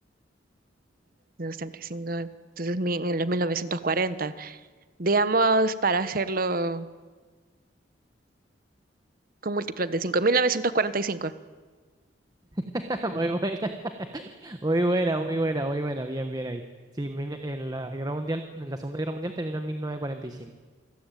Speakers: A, on the right; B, on the right.
A: 1950, cinco, entonces mi- en los 1940, digamos para hacerlo con múltiplos de 5, 1945.
B: <laughs> Muy buena, <laughs> muy buena, muy buena, muy buena. Bien, bien ahí. Sí, mil- en la guerra mundial, en la Segunda Guerra Mundial terminó en 1945.